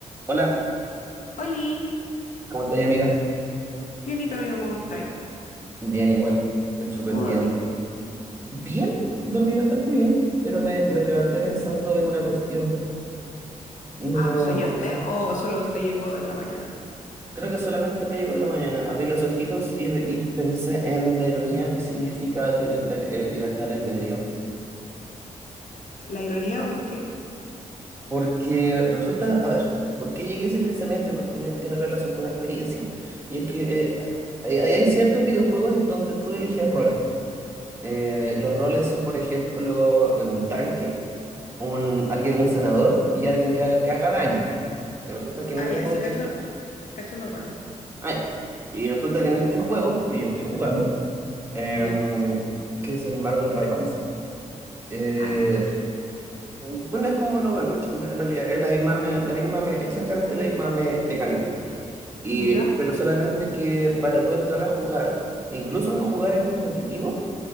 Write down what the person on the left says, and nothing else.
Oli,
bienito amigo, ¿cómo estáis?
¿Cómo
dormiste?
Ah, ¿soñaste o solo te llegó en la mañana?
La ironía, ¿por qué?
Ah,
ya,
sí cacho,
cacho los roles.
¿Ya?
Ah, no lo cacho.
¿Ya?